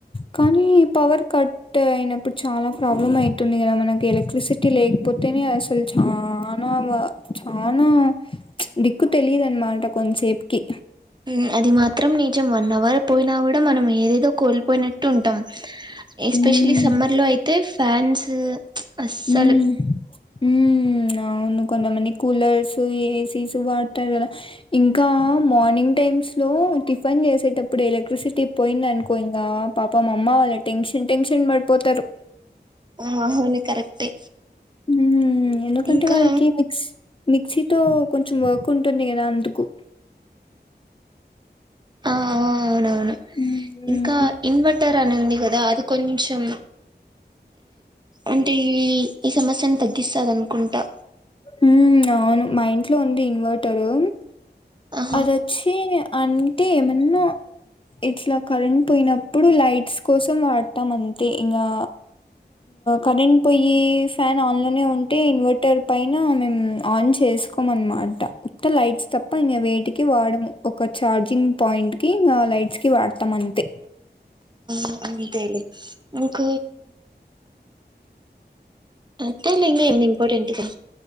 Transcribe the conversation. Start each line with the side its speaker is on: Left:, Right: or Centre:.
Left: కానీ పవర్ కట్ అయినప్పుడు చాలా ప్రాబ్లమ్ అయితుంది గదా మనకి ఎలక్ట్రిసిటీ లే కపోతేనే అసలు చానా చానా దిక్కు తెలియదు అన్నమాట కొంతసేపుకి
Right: మ్ అది మాత్రం నిజం వన్ అవర్ పోయినా గూడా మనం ఏదేదో కోల్పోయినట్టు ఉంటాం ఎస్
Left: హ్మ్
Right: స్పెషలీ సమ్మర్ లో అయితే ఫ్యాన్స్ అస్సలు
Left: మ్ మ్ అవును కొంతమంది కూలర్స్ ఏసీస్ వాడతారు గదా ఇంకా మార్నింగ్ టైం టైమ్స్ లో టిఫిన్ చేసేటప్పుడు ఎల క్ట్రిసిటీ పోయిందనుకో ఇంగా పాపం అమ్మ వాళ్ళు టెన్షన్ టెన్షన్ పడిపోతారు
Right: ఆ అవును కరెక్టే
Left: మ్ ఎందుకంటే
Right: ఇంకా
Left: వాళ్ళకి మిక్స్ మిక్సీ తో కొంచెం వర్క్ ఉంటుంది గదా అందుకు
Right: ఆ అవునవును
Left: హ్మ్
Right: ఇంకా ఇన్వర్టర్ అని ఉంది గదా అది కొంచెం అంటే ఈ ఈ సమస్యను తగ్గిస్తదనుకుంటా
Left: మ్ అవును మా ఇంట్లో ఉంది ఇన్వర్టరు
Right: ఆహా
Left: అదొచ్చి అంటే ఏమన్నా ఇట్లా కరెంట్ పోయినప్పుడు లైట్స్ కోసం వాడతాం అంతే ఇంగా కరెంట్ పోయి ఫ్యాన్ ఆన్ లోనే ఉంటే ఇన్వర్టర్ పై మేము ఆన్ చేసుకోం అన్నమాట ఉత్త లైట్స్ తప్ప ఇం వేటికి వాడము ఒక చ చార్జింగ్ పాయింట్ కి లైట్స్ కి వాడతాం అంతే
Right: అంతే ఇంక అంతేలే ఇంగ ఇంపార్టెంట్ గా